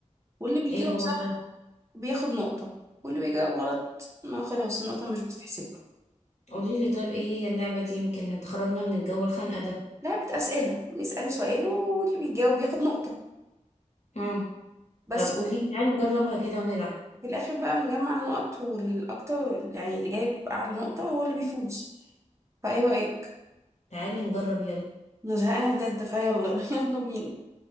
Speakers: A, on the right (about 20°); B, on the left (about 60°).
A: واللي بيجاوب
B: ايه هو
A: صح
B: طيب
A: بياخد نقطة واللي بيجاوب غلط ما خلاص النقطة مش بتتحسب له
B: قوليلي طيب ايه هي اللعبة دي يمكن هتخرجنا من الجو الخانقة ده
A: لعبة أسئلة بيسألوا سؤال واللي بيجاوب بياخد نقطة
B: مم.
A: بس
B: طب قوليلي
A: في
B: تعالي نجربها كده ونلعب
A: في الآخر بقى بنجمع النقط والأكتر يعني اللي جايب أعلى نقطة هو اللي بيفوز فأيه رأيك؟
B: تعالي نجرب يلا
A: أنا زهقانة بجد فيلا <laughs> يلا بينا